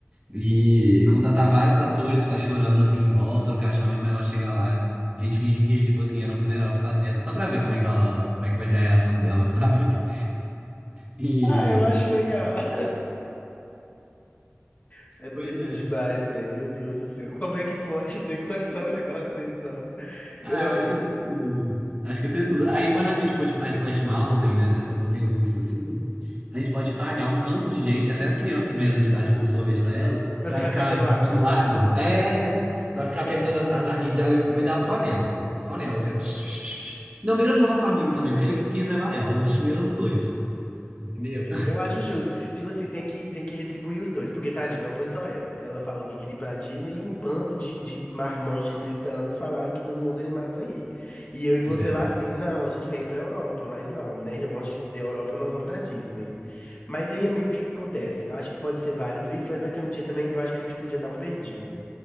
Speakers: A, on the right; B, on the left.
A: E contratar vários atores, ficar chorando assim em volta do caixão, e quando ela chegar lá, a gente finge que, tipo assim, era um funeral pro Pateta, só pra ver como é que ela, como é que vai ser a reação dela, <laughs> sabe? E.
B: Ah, eu acho legal. <laughs> Isso é besta
A: Pois é.
B: demais, velho. Meu Deus do céu. Como é que pode ter condição um negócio desse, não?
A: Ah,
B: Pelo
A: eu
B: amor
A: acho que
B: de
A: ia ser
B: Deus.
A: tudo. Acho que ia ser tudo. Aí quando a gente for, tipo, na Splash Mountain, né, nessas montanhas russas, assim, a gente pode pagar um tanto de gente, até as crianças mesmo, a gente dá, tipo, sorvete pra elas,
B: Pra
A: pra
B: ficar
A: ficar
B: atacando
A: jogando
B: água.
A: água. É, pra ficar apertando as, as arminhas de água e me dar só nela. Só nela, assim, ó. Não, mira no nosso amigo também, porque ele que quis levar ela. Eu acho que mira nos dois, entendeu?
B: Eu acho justo. Tipo assim, tem que, tem que retribuir os dois, porque tadinha, não foi só ela. Ela falou que queria ir pra Disney e um bando de, de marmanjos de 30 anos falaram que todo mundo animava a ir. E eu e você
A: Pois é.
B: lá assim, não, a gente quer ir pra Europa, mas não, né? Onde der Europa nós vamos pra Disney. Mas aí, amigo, o que que acontece? Eu acho que pode ser válido isso, mas vai ter um dia também que eu acho que a gente podia dar um perdido.